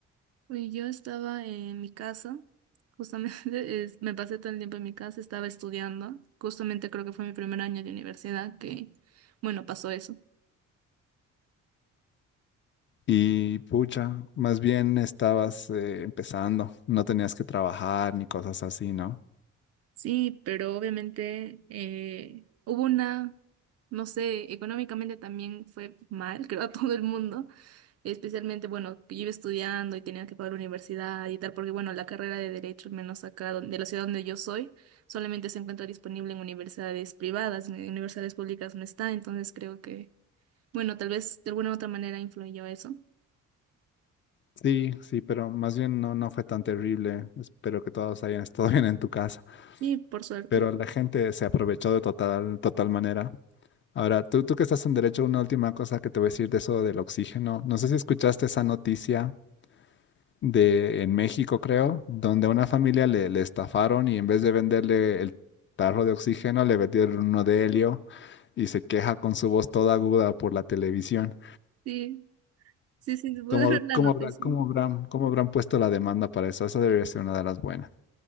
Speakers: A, on the right (about 55°); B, on the left (about 40°).
A: Uy, yo estaba en mi casa, justamente <laughs> es- me pasé todo el tiempo en mi casa, estaba estudiando, justamente creo que fue mi primer año de universidad que, bueno, pasó eso.
B: Y pucha, más bien estabas eh, empezando, no tenías que trabajar ni cosas así, ¿no?
A: Sí, pero obviamente eh, hubo una, no sé, económicamente también fue mal, <laughs> creo, a todo el mundo, especialmente, bueno, que yo iba estudiando y tenía que pagar la universidad y tal, porque, bueno, la carrera de Derecho, al menos acá don- de la ciudad donde yo soy, solamente se encuentra disponible en universidades privadas, en universidades públicas no está, entonces creo que, bueno, tal vez de alguna u otra manera influyó eso.
B: Sí, sí, pero más bien no, no fue tan terrible. Espero que todos hayan estado <laughs> bien en tu casa.
A: Y por suerte.
B: Pero la gente se aprovechó de total, total manera. Ahora, tú, tú que estás en derecho, una última cosa que te voy a decir de eso del oxígeno. No sé si escuchaste esa noticia de en México, creo, donde a una familia le, le estafaron y en vez de venderle el tarro de oxígeno, le vendieron uno de helio y se queja con su voz toda aguda por la televisión.
A: Sí, sí, sí, te puedo
B: ¿Cómo,
A: <laughs> dar la
B: cómo
A: noticia.
B: habrá- cómo habrán, cómo habrán puesto la demanda para eso? Esa debería ser una de las buenas.